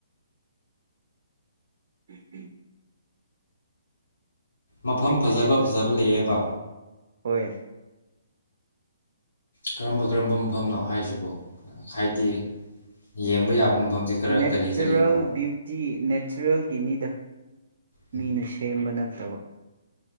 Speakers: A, on the right (about 60°); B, on the left (about 80°).
A: <unintelligible>
B: ꯃꯐꯝ
A: ꯑꯩꯅ
B: ꯐꯖꯕ
A: ꯁꯣꯏ
B: ꯐꯖꯕ ꯂꯩꯌꯦꯕ
A: ꯍꯣꯏ
B: ꯀꯔꯝꯕ ꯀꯔꯝꯕ ꯃꯐꯝꯅꯣ ꯍꯥꯏꯁꯤꯕꯨ ꯍꯥꯏꯗꯤ ꯌꯦꯡꯕ ꯌꯥꯕ ꯃꯐꯝꯁꯦ ꯈꯔ
A: ꯅꯦꯆꯔꯦꯜ
B: ꯀꯔꯤ ꯀꯔꯤꯅꯣꯕ
A: ꯕ꯭ꯌꯨꯇꯤ ꯅꯦꯆꯔꯦꯜꯒꯤꯅꯤꯗ
B: ꯎꯝ
A: ꯃꯤꯅ ꯁꯦꯝꯕ ꯅꯠꯇꯕ